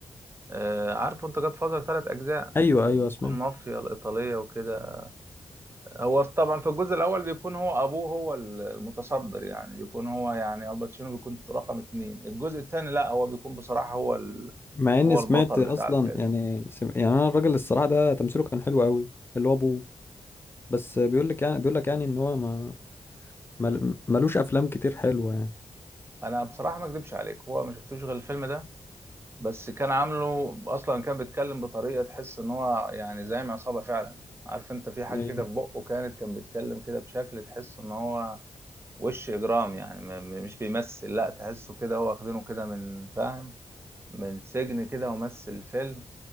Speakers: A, on the right (about 25°); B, on the left (about 20°).
A: آه عارفه أنت جاد فازر تلات أجزاء
B: ايوه
A: بتكون
B: ايوه سمعت
A: مافيا الإيطالية وكده هو في- طبعا في الجزء الأول بيكون هو أبوه هو المتصدر يعني بيكون هو يعني الباتشينو بيكون رقم اتنين الجزء التاني لأ هو بيكون بصراحة هو ال...
B: مع اني
A: هو
B: سمعت
A: البطل
B: اصلا
A: بتاع الفيلم
B: يعني سم... يعني انا الراجل الصراحة ده تمثيله كان حلو قوي اللي هو ابوه بس بيقول لك يعني بيقول لك يعني ان هو ما مل... ملوش افلام كتير حلوه يعني
A: انا بصراحه ما اكذبش عليك هو ما شفتوش غير الفيلم ده بس كان عامله اصلا كان بيتكلم بطريقه تحس ان هو يعني زعيم عصابه فعلا عارف انت في حاجه
B: ايوه
A: كده في بقه كانت كان بيتكلم كده بشكل تحس ان هو وش اجرام يعني م- م- مش بيمثل لا تحسه كده هو واخدينه كده من فاهم من سجن كده ومثل الفيلم